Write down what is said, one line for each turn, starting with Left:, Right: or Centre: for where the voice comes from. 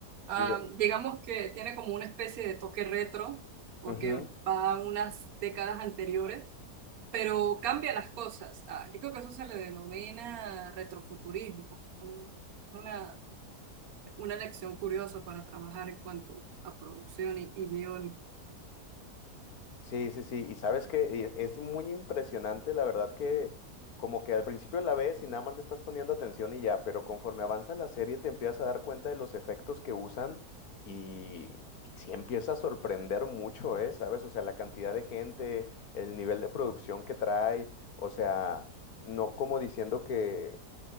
Right: Ah,
Left: Sí, es-
Right: digamos que tiene como una especie de toque retro, porque
Left: ujú.
Right: va a unas décadas anteriores, pero cambia las cosas. Ah, yo creo que eso se le denomina retrofuturismo. Un- Es una, una lección curiosa para trabajar en cuanto a producción y, y guión.
Left: Sí, sí, sí. sí, Y sabes que eh, es muy impresionante, la verdad que como que al principio la ves y nada más le estás poniendo atención y ya, pero conforme avanza la serie te empiezas a dar cuenta de los efectos que usan y, y sí empieza a sorprender mucho, ¿eh? ¿Sabes? O sea, la cantidad de gente, el nivel de producción que trae, o sea, no como diciendo que